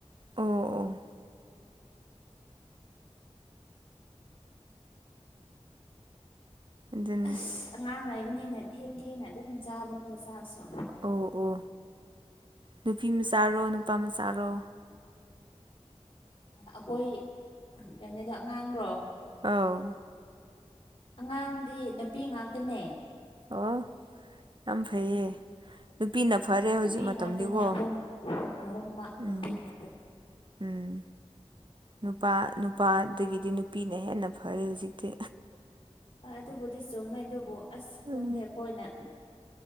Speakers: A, on the right (about 45°); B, on the left (about 50°).
A: ꯑꯣ ꯑꯣ ꯑꯗꯨꯅꯦ
B: ꯑꯁ ꯑꯉꯥꯡ ꯂꯩꯕꯅꯤꯅ ꯊꯦꯡ ꯊꯦꯡꯅ ꯑꯗꯨꯝ ꯆꯥꯕꯀꯣ ꯆꯥꯛꯁꯨ
A: ꯑꯣ ꯑꯣ ꯅꯨꯄꯤ ꯃꯆꯥꯔꯣ ꯅꯨꯄꯥ ꯃꯆꯥꯔꯣ
B: ꯑꯈꯣꯏ ꯀꯩꯅꯣꯗꯣ ꯑꯉꯥꯡꯔꯣ
A: ꯑꯧ
B: ꯑꯉꯥꯡꯗꯤ ꯅꯨꯄꯤ ꯉꯥꯛꯇꯅꯦ
A: ꯑꯣ ꯌꯥꯝ ꯐꯩꯌꯦ ꯅꯨꯄꯤꯅ ꯐꯔꯦ ꯍꯧꯖꯤꯛ
B: ꯅꯨꯄꯤ
A: ꯃꯇꯝꯗꯤꯒꯣ
B: ꯉꯥꯛꯇꯅꯦ ꯑꯍꯨꯝ ꯑꯍꯨꯝꯃꯛ ꯅꯨꯄꯤ
A: ꯎꯝ
B: ꯉꯥꯛꯇꯅꯤ
A: ꯎꯝ ꯅꯨꯄꯥ ꯅꯨꯄꯥꯗꯒꯤꯗꯤ ꯅꯨꯄꯤꯅ ꯍꯦꯟꯅ ꯐꯔꯦ ꯍꯧꯖꯤꯛꯇꯤ
B: ꯍꯣꯏ ꯑꯗꯨꯕꯨꯗꯤ ꯆꯨꯝꯃꯦ ꯑꯗꯨꯕꯨ ꯑꯁ
A: ꯎꯝ
B: ꯈꯪꯗꯦ ꯑꯩꯈꯣꯏꯅ